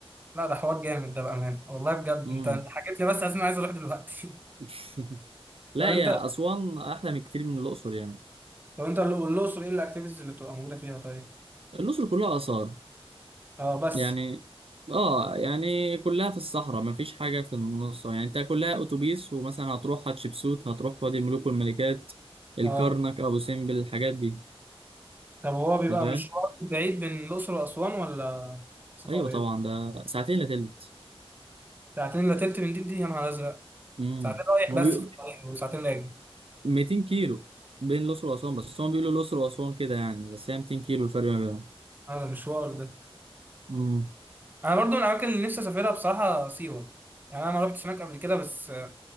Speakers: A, on the right; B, on the right.
A: لا ده حوار جامد ده بأمانة والله بجد
B: مم.
A: انت انت حكيت لي بس عايز انا عايز اروح دلوقتي
B: <laughs>
A: <laughs>
B: لا
A: طب انت
B: يا أسوان أحلى من كتير من الأقصر يعني
A: طب انت ال- والاقصر ايه الاكتيفيتيز اللي بتبقى موجودة فيها طيب
B: الأقصر كلها آثار
A: اه بس
B: يعني آه يعني كلها في الصحراء مفيش حاجة في النص يعني أنت كلها أتوبيس ومثلا هتروح حتشبسوت هتروح وادي الملوك والملكات الكرنك
A: اه
B: أبو سمبل الحاجات دي
A: طب هو بيبقى
B: أنت فاهم؟
A: مشوار بعيد بين الاقصر واسوان ولا سفر
B: أيوه
A: قريب
B: طبعا ده ساعتين إلا تلت
A: ساعتين الا تلت من دي دي يا نهار ازرق
B: مم.
A: ساعتين رايح
B: هو
A: بس
B: بي...
A: في الطريق وساعتين راجع
B: 200 كيلو بين الأقصر وأسوان بس هم بيقولوا الأقصر وأسوان كده يعني بس هي 200 كيلو الفرق ما بينهم
A: هذا مشوار ده
B: مم.
A: انا برضو من الاماكن اللي نفسي اسافرها بصراحة سيوة يعني انا ما رحتش هناك قبل كده بس